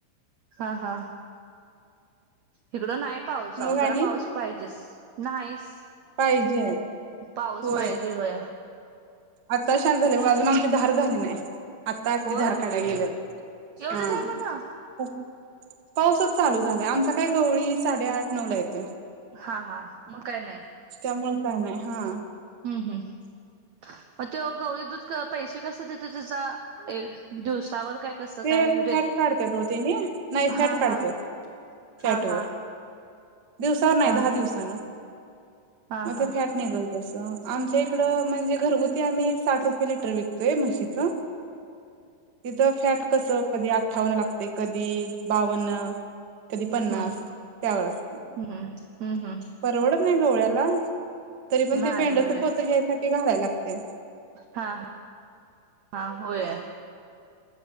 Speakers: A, on the right; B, on the right.
A: हा हा इकडं नाही पाऊस
B: मग
A: आव जरा
B: आणि
A: पाऊस पाहिजेस. नाहीस.
B: पाहिजे
A: पाऊस
B: होय
A: पाहिजे होया.
B: आता शांत झाले बगा अजून आमची धार झाली नाही. आता आत्ती
A: होय
B: धारकाडाय गेल्यात
A: एवढ्या
B: हा.
A: टायमानं?
B: ख पाऊसच चालू झालाय. आमचा काय गवळी साडेआठ नऊ ला येतोय.
A: हा हा मग काय नाही.
B: त्यामुळे काय नाही, हा.
A: हम्म हम् मग तो गवळी दूध पैसे कसे देत त्याचा दिवसावर. काय कसं
B: ते
A: काय रे
B: फॅट काढत्यात ओ तेनी नाही फॅट
A: हा
B: काढत्यात
A: हा
B: फॅट
A: हा हा
B: वर. दिवसावर नाही
A: हा
B: दहा दिवसानं.
A: हा
B: मते
A: हा हा
B: फॅट निगल तसं आमच्या इकड म्हणजे घरगुती आम्ही साठ रुपये लिटर विकतोय म्हशीचं. इथ फॅट कधी अठ्ठावन्न लागते, कधी बावन्न, कधी पन्नास
A: हम्म
B: त्यावर असते.
A: हम्म हम्म हम्म
B: परवड नाही गवळ्याला तरी पण
A: नाही
B: ते पेंडयाच
A: होय
B: पोत घ्यायसाठी भरायला लाग ते
A: हा, हा होय.